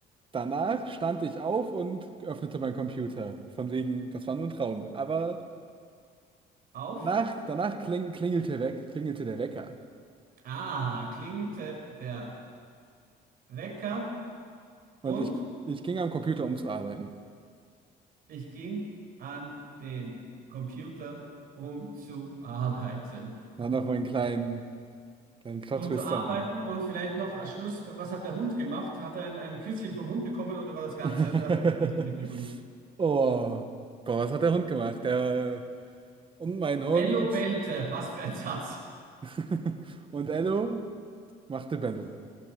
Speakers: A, on the right; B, on the right.
A: danach stand ich auf und öffnete meinen Computer. Von wegen, das war nur ein Traum. Aber
B: Auf.
A: danach, danach kling, klingelte weg, klingelte der Wecker.
B: Ah, klingelte der Wecker
A: Und
B: und
A: ich, ich ging am Computer, um zu arbeiten.
B: ich ging an den Computer, um zu arbeiten.
A: Dann noch meinen kleinen, kleinen Plot-Twist
B: um zu arbeiten
A: am Ende.
B: und vielleicht noch als Schluss, was hat der Hund gemacht? Hat er ein, ein Küsschen vom Hund bekommen oder war das
A: <laughs>
B: Ganze? Der Hund hat nichts mit zu tun.
A: Oh, boah, was hat der Hund gemacht? Der und mein Hund
B: Bello bellte, was für ein Satz.
A: <laughs> und Ello machte Bello.